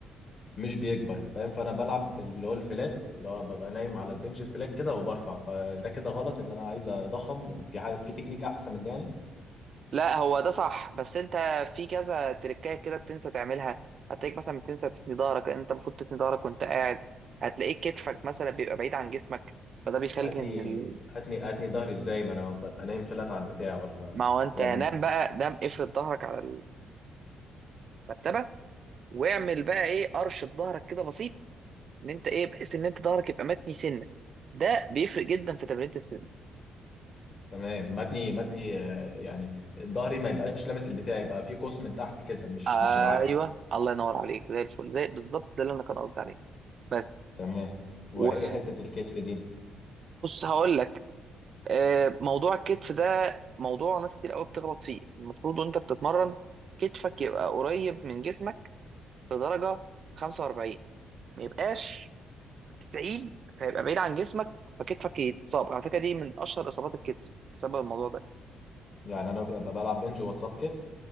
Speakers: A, on the left; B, on the right.
A: مش بيكبر فاهم فانا بلعب اللي هو الفلات اللي هو ببقى نايم على البنش الفلات كده وبرفع فده كده غلط ان انا عايز اضخم في ح... في تكنيك احسن من ده يعني
B: لا هو ده صح بس انت في كذا تريكايه كده بتنسى تعملها هتلاقيك مثلا بتنسى تثني ظهرك لأن انت المفروض تثني ظهرك وانت قاعد هتلاقيك كتفك
A: هات-
B: مثلا بيبقى بعيد عن جسمك فده بيخلي
A: هاتني
B: ان ال...
A: هاتني هاتني ظهري ازاي ما انا ببقى نايم فلات على البتاع ولا
B: ما هو انت
A: ولا
B: نام
A: إيه؟
B: بقى نام افرد ظهرك على المرتبه واعمل بقى ايه قرش في ظهرك كده بسيط ان انت ايه بحيث ان انت ظهرك يبقى متني سنه ده بيفرق جدا في تمرينة السن
A: تمام متني متني آه، يعني ظهري ما يبقاش لامس البتاع يبقى في قوس من تحت كده مش
B: ايوه
A: مش العكس
B: الله ينور عليك زي الفل زي بالظبط ده اللي انا كان قصدي عليه بس
A: تمام هو
B: وبص
A: ايه حتة الكتف دي
B: هقول لك آه، موضوع الكتف ده موضوع ناس كتير قوي بتغلط فيه المفروض وانت بتتمرن كتفك يبقى قريب من جسمك بدرجه 45 ما يبقاش 90 فيبقى بعيد عن جسمك فكتفك يتصاب على فكره دي من اشهر اصابات الكتف بسبب الموضوع ده
A: يعني انا ببقى بلعب بنج وسط كتف